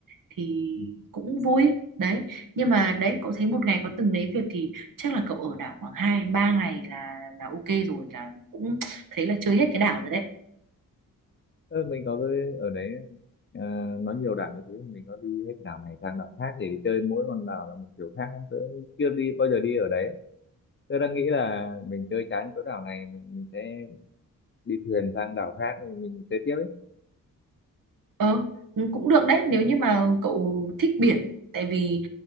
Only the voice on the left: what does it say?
Ừ.
Ừ, mình có cái ở đấy à, nó nhiều đảo như thế mình có đi hết đảo này sang đảo khác để đi chơi mỗi con đảo là một kiểu khác không tớ chưa đi bao giờ đi ở đấy tớ đang nghĩ là mình chơi chán chỗ đảo này mình, mình sẽ đi thuyền sang đảo khác thì mình chơi tiếp ấy